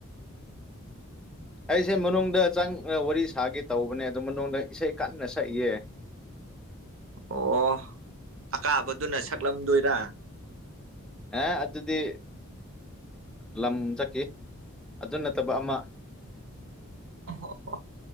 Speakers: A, in the centre; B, on the right (about 70°).
A: ꯑꯩꯁꯦ ꯃꯅꯨꯡꯗ ꯆꯪ ꯋꯥꯔꯤ ꯁꯥꯒꯦ ꯇꯧꯕꯅꯦ ꯑꯗꯣ ꯃꯅꯨꯡꯗ ꯏꯁꯩ ꯀꯟꯅ ꯁꯛꯏꯌꯦ
B: ꯑꯣ ꯑꯀꯥꯕꯗꯨꯅ ꯁꯛꯂꯝꯗꯣꯏꯔ
A: ꯑꯦ ꯑꯗꯨꯗꯤ ꯂꯝ ꯆꯠꯈꯤ ꯑꯗꯨ ꯅꯠꯇꯕ ꯑꯃ
B: <unintelligible>